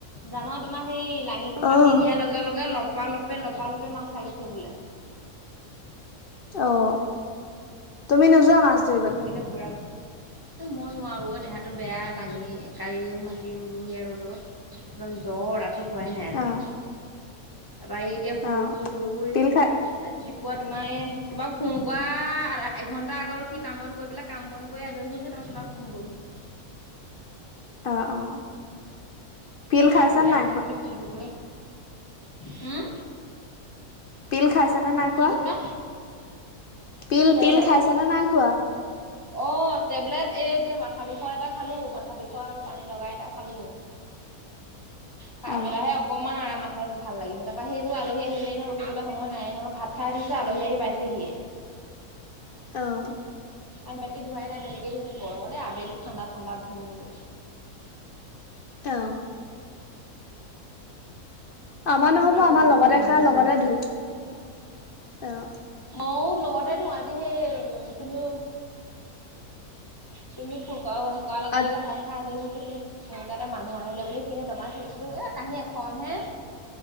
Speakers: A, on the left; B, on the left.
A: জানৰ তোমাৰ হেৰি লাঙিখন
B: অ',
A: পাতি দিয়াৰ লগে লগে লপা লপে লপা লপে মাছ লাগিছে বোলে।
B: অ', তুমি নোযোৱা মাছ ধৰিবলৈ?
A: কিনে বুঢ়া তে মই নোৱাৰো অ দেহাটো বেয়া লাঙি, কাড়ি, মাতি ৰুলো সেয়া ৰ'দত তাৰপা জ্বৰ ৰাতি খোৱাই নাই আজি।
B: অ',
A: তাৰপৰা এতিয়া শুই
B: অ',
A: শুই শুই শুই
B: পিল খাই
A: আজিপোৱা তোমাৰ তোমাক ফোন কৰা আ এঘণ্টা আগৰ সি কাম বন কৰি পেলাই কাম বন কৰি আজৰি হৈ হৈছে তাৰপৰা তোমাক ফোন কৰিছো।
B: অ', অ', পিল
A: এ
B: খাইছা
A: গাবোৰ
B: নে
A: বেয়া
B: নাই
A: হৈ
B: খোৱা?
A: থাকিলে ফোন কৰিব ৰ! হুম।
B: পিল খাইছা নে নাই
A: কি
B: খোৱা?
A: কৈছা?
B: পিল
A: টেবলেট
B: পিল খাইছা নে নাই খোৱা?
A: অ টেবলেট এ এতিয়া মাথা বিষ এটা খালো মাথা বিষ আৰু পানী লগা এটা খালো। খাই
B: অ'।
A: পেলাই হে অকমান আৰাম ভাল- ভাল লাগিছে, তাৰপৰা সেইবোৰ আলহী আহিলে নো ৰখিব সময় নাই নহয় ভাত খাই দিছে আলহী আহি পাইছেহিয়ে। <inaudible>
B: অ',
A: আই মাতি ধোৱাই নাই তেনেকেই থৈছো গৰমতে আবেলি ঠাণ্ডা ঠাণ্ডাত ধুম বোলো।
B: তে অ। আমাৰ নহব
A: পুৰা
B: আমাৰ
A: চকু
B: লগতে
A: তকু সোমাই
B: খা
A: গৈছে
B: লগতে
A: মোৰ
B: ধো আহ।
A: ময়ও লগতে ধো আজি সেই উম তুমিও তুমি ফোন ক কৰাৰ লগে
B: আজ
A: লগে ভাত খাই আজৰি পিছত তেনেকা এটা মানুহ আহিলে বুলি সেইখিনি দমাই থৈ দিলো এ কাঁহী এখন হে।